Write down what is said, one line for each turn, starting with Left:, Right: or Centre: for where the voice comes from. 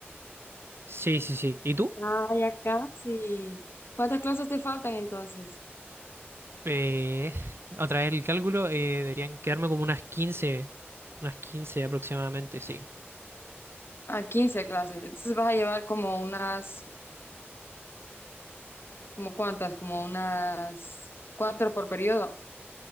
Right: Sí, sí, sí. ¿Y tú?
Left: Ay, acá sí. ¿Cuántas clases te faltan entonces?
Right: Eh, otra vez el cálculo, eh, deberían quedarme como unas quince unas 15 aproximadamente, sí.
Left: Ah, quince clases. Entonces vas a llevar como unas, ¿como cuántas? Como unas cuatro por periodo.